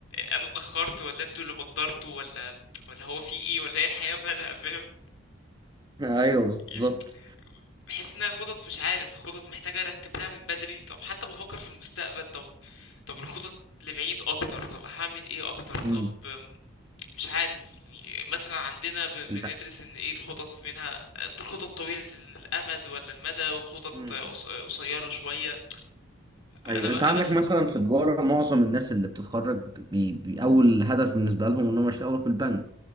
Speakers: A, on the left; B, on the right.
A: انا اتاخرت ولا انتوا اللي بدرتوا ولا ولا هو في ايه ولا هي الحياه مالها <laughs> فاهم
B: ايوه بالظبط
A: يعني بحس انها خطط مش عارف خطط محتاجه ارتب لها من بدري طب حتى بفكر في المستقبل طب طب الخطط لبعيد اكتر طب هعمل ايه اكتر طب
B: امم
A: مش عارف يعني مثلا عندنا ب-
B: انت
A: بندرس ان ايه الخطط منها خطط طويلة الامد ولا المدى وخطط
B: مم.
A: قص- قصيرة شوية انا
B: ايوه
A: بقى
B: انت عندك
A: انا في
B: مثلا في تجاره معظم الناس اللي بتتخرج بي... بي... اول هدف بالنسبه لهم انهم يشتغلوا في البنك